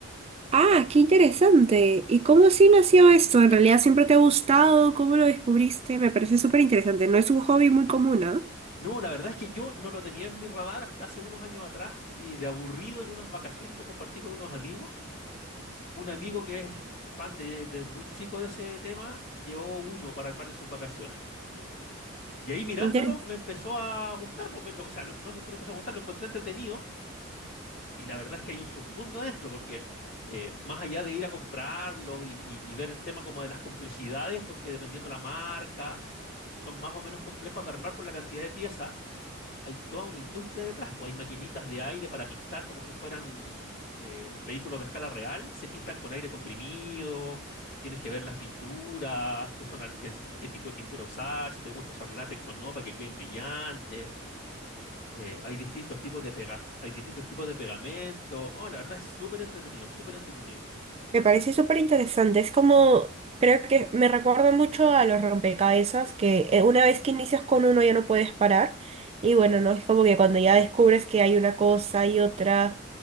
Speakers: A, on the right; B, on the left.
A: Ah, qué interesante. ¿Y cómo así nació esto? ¿En realidad siempre te ha gustado? ¿Cómo lo descubriste? Me parece súper interesante. No es un hobby muy común, ¿ah?
B: No, la verdad es que yo no lo tenía en mi radar hasta hace unos años atrás y de aburrido en unas vacaciones que compartí con unos amigos, un amigo que es fan de, de muy chico de ese tema, llevó uno para armar en sus vacaciones. Y ahí mirándolo
A: Interesante.
B: me empezó a gustar, pues me- lo- o sea, lo- no es que me empezó a gustar, lo encontré entretenido y la verdad es que hay un submundo adentro, porque eh, más allá de ir a comprarlos y, y- y ver el tema como de las complejidades, porque dependiendo la marca, son más o menos complejos de armar por la cantidad de piezas, hay toda una industria detrás, pues hay maquinitas de aire para pintar como si fueran eh, vehículos de escala real, se pintan con aire comprimido, tienes que ver las pinturas, qué son, al- qué, es- qué tipo de pintura usar, si te gusta usar látex o no para que queden brillantes, eh, hay distintos tipos de pega, hay distintos tipos de pegamento, oh, la verdad es súper entretenido, súper entretenido.
A: Me parece súper interesante. Es como, creo que me recuerda mucho a los rompecabezas, que eh, una vez que inicias con uno ya no puedes parar. Y bueno, no es como que cuando ya descubres que hay una cosa y otra,